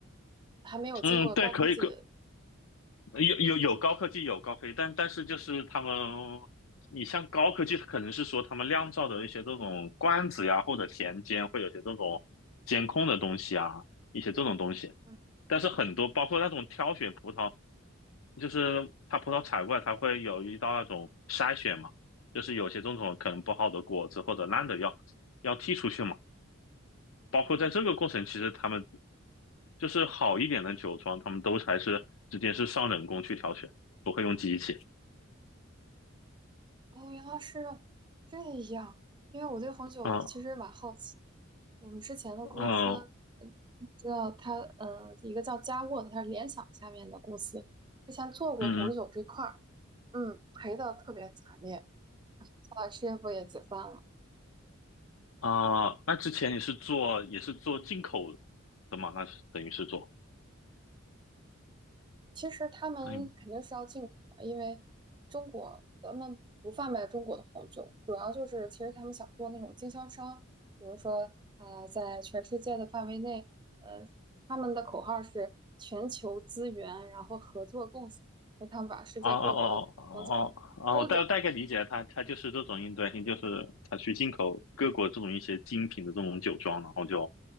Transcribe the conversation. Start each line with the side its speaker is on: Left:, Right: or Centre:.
Right: 还没有经过高科技的，
Left: 嗯，对，可以，可有有有高科技，有高科技，但但是就是他们，你像高科技，可能是说他们酿造的一些这种罐子呀，或者田间会有些这种监控的东西啊，一些这种东西。
Right: 嗯
Left: 但是很多包括那种挑选葡萄。就是它葡萄采过来，它会有一道那种筛选嘛，就是有些种种可能不好的果子或者烂的要要剔出去嘛。包括在这个过程，
Right: 嗯。
Left: 其实他们就是好一点的酒庄，他们都还是直接是上人工去挑选，不会用机器。
Right: 哦，原来是这样。因为我对红酒其实蛮好奇的。
Left: 嗯
Right: 我们之前的公司，
Left: 嗯
Right: 嗯，知道它，嗯，一个叫佳沃的，它是联想下面的公司，之前做过红酒这块儿，
Left: 嗯
Right: 嗯，赔的特别惨烈。后来事业部也解散了。
Left: 啊，那之前你是做也是做进口的嘛？
Right: 对
Left: 那是等于是做。
Right: 其实他们肯定是要进口的，
Left: 嗯。
Right: 因为中国咱们不贩卖中国的红酒，主要就是其实他们想做那种经销商，比如说啊呃在全世界的范围内，呃，他们的口号是全球资源，然后合作共享，所以他们把世界各国的红酒
Left: 哦哦哦哦哦，哦我大大概理解了他它就是这种应对性，
Right: 周转。
Left: 就是他去进口各国这种一些精品的这种酒庄，然后就